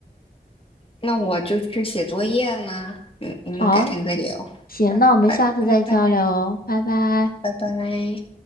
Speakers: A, on the left (about 35°); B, on the left (about 60°).
A: 那我就去写作业啦，嗯，我们改天再聊，
B: 好，行，那我们下次再交流哦拜拜。
A: 拜拜拜拜拜。